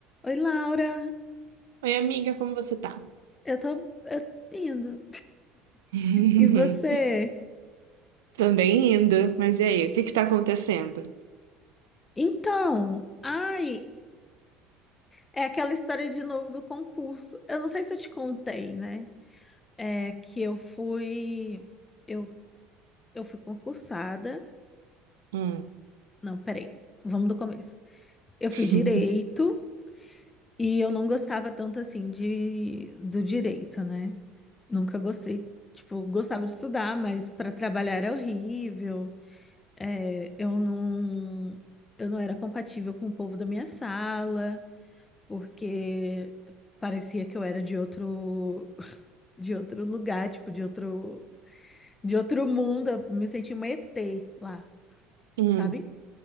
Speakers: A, on the left; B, on the right.
A: Oi, Laura.
B: Oi, amiga, como você tá?
A: Eu tô, eu tô indo.
B: <laughs>
A: E você?
B: Também indo, mas e aí, o que que tá acontecendo?
A: Então, ai, é aquela história de novo do concurso. Eu não sei se eu te contei, né? É que eu fui, eu, eu fui concursada.
B: Hum,
A: Não, peraí. Vamos do começo. Eu fiz
B: <laughs>
A: direito e eu não gostava tanto assim de do direito, né? Nunca gostei, tipo, gostava de estudar, mas para trabalhar era horrível. É, eu não, eu não era compatível com o povo da minha sala, porque parecia que eu era de outro, <laughs> de outro lugar, tipo, de outro, de outro mundo. Eu me sentia uma ET lá,
B: hum,
A: sabe?